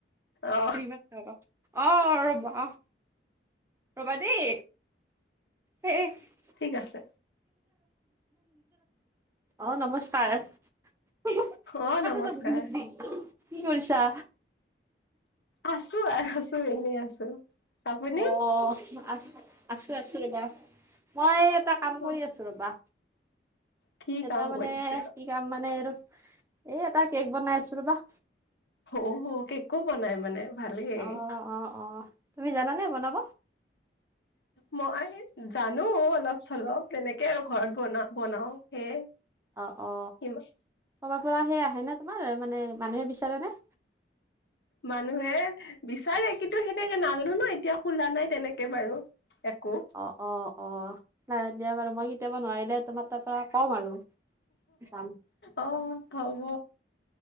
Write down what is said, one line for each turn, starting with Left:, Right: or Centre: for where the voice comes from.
Left: অ
Right: শ্ৰীমাস বাবা। অ ৰবা ৰবা দেই হ।
Left: ঠিক আছে।
Right: অ নমস্কাৰ। ক
Left: অ নমস্কাৰ।
Right: যাবম কি কৰিছা।
Left: আছো আছো এনে আছো। আপুনি?
Right: অ আছ আছো আছো ৰবা মই এটা কাম
Left: অ
Right: কৰি আছো ৰবা।
Left: কি
Right: এটা
Left: কাম
Right: মানে
Left: কৰিছে?
Right: কি কাম মানে আৰু এই এটা কেক বনাই আছো ৰবা।
Left: অ হ কেকো বনাই মানে। ভালেই।
Right: অ অ অ তুমি জানানে বনাব?
Left: মই জানো অলপ। চলাও তেনেকে আৰু ঘৰত বনা বনাও সেয়ে।
Right: অ অ
Left: ইমা
Right: তবাৰ পৰা সেই। হয়ে ন তোমাৰ মানে মানুহে বিচাৰে নে?
Left: মানুহে বিচাৰে কিন্তু সেনেকে নাজানো ন এতিয়া খোলা নাই তেনেকে বাৰু। একো।
Right: অ অ অ নাই দিয়া বাৰু মই কেতিয়াবা নোৱাৰিলে তোমাৰ তাৰ পৰা কম আৰু। যাম
Left: অ অ খব।